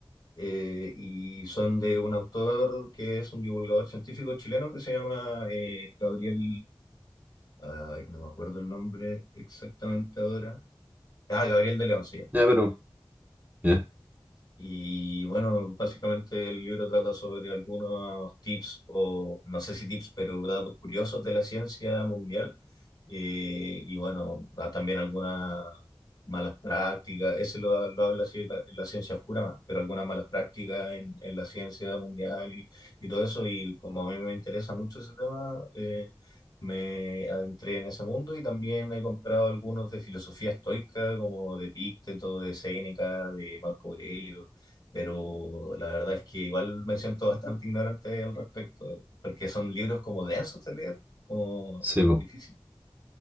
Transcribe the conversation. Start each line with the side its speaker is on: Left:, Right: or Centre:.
Left: eh, y son de un autor que es un divulgador científico chileno que se llama eh, Gabriel, ay, no me acuerdo el nombre exactamente ahora, ah, Gabriel de León se llama.
Right: ya, pero, ya,
Left: Y bueno, básicamente el libro trata sobre algunos tips, o no sé si tips, pero datos curiosos de la ciencia mundial. Eh, y bueno, da también algunas malas prácticas, ese lo, lo habla así pa- en la ciencia oscura más, pero algunas malas prácticas en, en la ciencia mundial y, y todo eso. Y como a mí me interesa mucho ese tema, eh, me adentré en ese mundo y también he comprado algunos de filosofía estoica, como de Epicteto, de Séneca, de Marco Aurelio pero la verdad es que igual me siento <laughs> bastante ignorante al respecto, porque son libros como densos de leer, como
Right: sí,
Left: difícil.
Right: po.